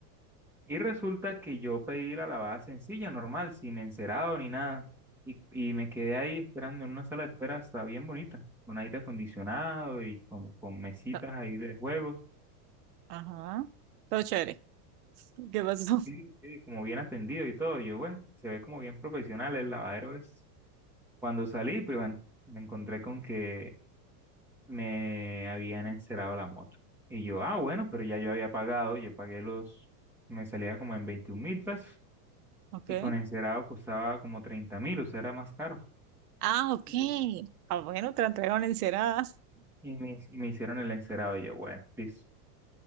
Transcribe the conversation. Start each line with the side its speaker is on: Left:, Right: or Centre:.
Centre: Y resulta que yo pedí la lavada sencilla, normal, sin encerado ni nada. Y, y me quedé ahí esperando en una sala de espera, está bien bonita, con aire acondicionado y como con mesitas
Right: Ah,
Centre: ahí de juegos.
Right: Ajá. Todo chévere. ¿Qué pasó?
Centre: Sí,
Right: <laughs>
Centre: sí, como bien atendido y todo. Yo, bueno, se ve como bien profesional el lavadero es. Cuando salí, pues bueno, me encontré con que me habían encerado la moto. Y yo, ah, bueno, pero ya yo había pagado, yo pagué los, me salía como en veintiún mil pesos
Right: Ok.
Centre: y con encerado costaba como treinta mil, o sea, era más caro.
Right: Ah, ok.
Centre: Y,
Right: Ah, bueno, te la entregaron encerada.
Centre: y me, y me hicieron el encerado. Y yo, bueno, listo.